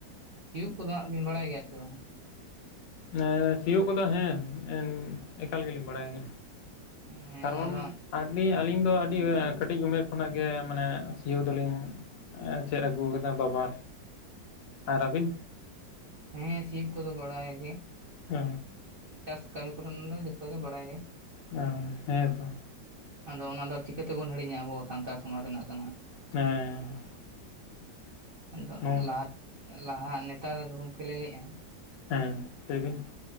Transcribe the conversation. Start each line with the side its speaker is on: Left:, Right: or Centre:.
Right: ᱥᱤᱭᱳᱜ ᱠᱚᱫᱚ ᱦᱟᱜ ᱵᱤᱱ ᱵᱟᱲᱟᱭ ᱜᱮᱭᱟ ᱥᱮ ᱵᱟᱝ?
Left: ᱮᱸᱻ ᱥᱤᱭᱳᱜ ᱠᱚᱫᱚ ᱦᱮᱸ ᱮᱠᱟᱞ ᱜᱮᱞᱤᱧ ᱵᱟᱲᱟᱭ ᱜᱮ
Right: ᱦᱮᱸ
Left: ᱠᱟᱨᱚᱱ
Right: ᱚᱱᱟ ᱫᱚ ᱦᱟᱸᱜ
Left: ᱟᱹᱰᱤ ᱟᱹᱞᱤᱧ ᱫᱚ ᱟᱹᱰᱤ ᱠᱟᱹᱴᱤᱡ ᱩᱢᱮᱨ ᱠᱷᱚᱱᱟᱜ ᱜᱮ ᱢᱟᱱᱮ ᱥᱤᱭᱳ ᱫᱚᱞᱤᱧ ᱪᱮᱫ ᱟᱹᱜᱩ ᱟᱠᱟᱫᱟ ᱵᱟᱵᱟ ᱟᱨ ᱟᱹᱵᱤᱱ
Right: ᱦᱮᱸ ᱥᱤᱭᱩᱜ ᱠᱚ ᱫᱚ ᱵᱟᱲᱟᱭ ᱜᱮ
Left: ᱦᱮ
Right: ᱪᱟᱥ ᱠᱟᱹᱢᱤ ᱠᱚᱨᱮᱱ ᱫᱚ ᱡᱚᱛᱚ ᱜᱮ ᱵᱟᱲᱟᱭ ᱜᱮ
Left: ᱚ ᱦᱮᱸ ᱛᱚ
Right: ᱟᱫᱚ ᱚᱱᱟ ᱫᱚ ᱪᱤᱠᱟᱹ ᱛᱮᱵᱚᱱ ᱦᱤᱲᱤᱧᱟ ᱟᱵᱚ ᱥᱟᱱᱛᱟᱲ ᱥᱚᱢᱟᱡᱽ ᱨᱮᱱᱟᱜ ᱠᱟᱱᱟ
Left: ᱦᱮᱸ
Right: ᱟᱫᱚ
Left: ᱱᱚᱣᱟ
Right: ᱞᱟᱦᱟ ᱞᱟᱦᱟ ᱱᱮᱛᱟᱨ ᱜᱚᱢᱠᱮ ᱞᱮ ᱞᱟᱹᱭᱮᱜᱼᱟ
Left: ᱦᱮᱸ ᱞᱟᱹᱭ ᱵᱤᱱ